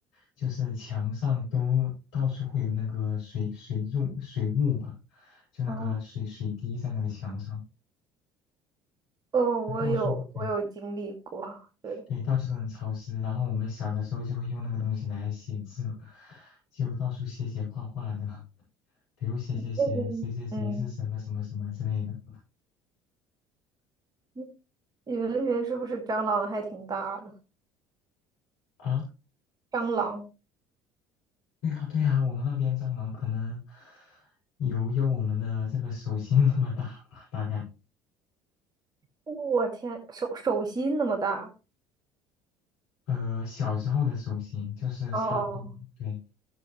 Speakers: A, on the left; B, on the right.
A: 就是墙上都到处会有那个水水柱水雾吧，就那个水水滴在那个墙上，
B: 哦哦，我有我有经历过，
A: 就到处对
B: 对，
A: 对到处都很潮湿。然后我们小的时候就会用那个东西来写字，就到处写写画画的，比如写写写谁谁谁是什么什么什么之类的
B: 那边嗯，嗯你们那边是不是蟑螂还挺大的？
A: 啊。
B: 蟑螂，
A: 对呀，对呀，我们那边蟑螂可能有有我们的这个手心那么大吧，大概。
B: 哦我天，手手心那么大，
A: 呃，小时候的手心就是差不多，
B: 哦，
A: 对。